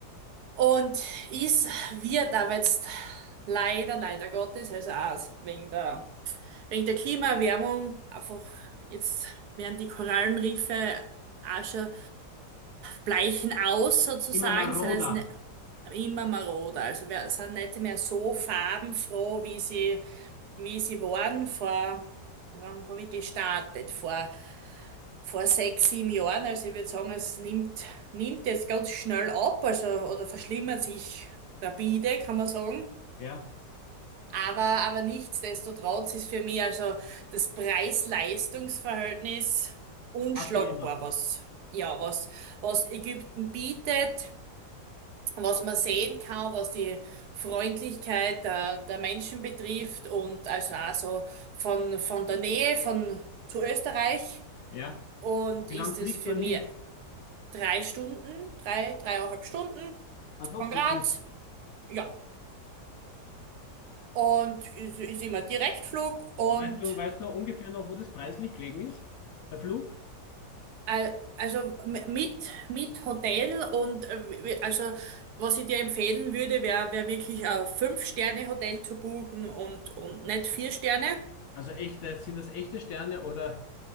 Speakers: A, on the right (about 70°); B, on the left (about 70°).
A: Und es wird aber jetzt leider, leider Gottes, also auch wegen der, wegen der Klimaerwärmung, einfach jetzt werden die Korallenriffe auch schon bleichen aus sozusagen,
B: Immer maroder.
A: sind jetzt ne, immer maroder. Also wir sind nicht mehr so farbenfroh, wie sie, wie sie waren vor, wann habe ich gestartet? Vor vor sechs, sieben Jahren. Also ich würde sagen, es nimmt, nimmt jetzt ganz schnell ab, also oder verschlimmert sich rapide, kann man sagen.
B: Ja,
A: Aber, aber nichtsdestotrotz ist für mich also das Preis-Leistungs-Verhältnis unschlagbar,
B: passt noch immer.
A: was, ja, was, was Ägypten bietet, was man sehen kann, was die Freundlichkeit der, der Menschen betrifft und also auch so von, von der Nähe von zu Österreich
B: Ja.
A: und
B: Wie
A: ist
B: lang fliegt
A: es für
B: man
A: mich
B: hin?
A: drei Stunden, drei, dreieinhalb Stunden
B: Ah, doch
A: von
B: so
A: Graz.
B: kurz.
A: Ja. Und ist, ist immer Direktflug und
B: Weißt du, weißt du ungefähr noch, wo das preislich gelegen ist? Der Flug?
A: äh, also m- mit, mit Hotel und äh, wi- also was ich dir empfehlen würde, wäre wär wär wirklich ein Fünf-Sterne-Hotel zu buchen und, und nicht vier Sterne.
B: Also echte, sind das echte Sterne oder,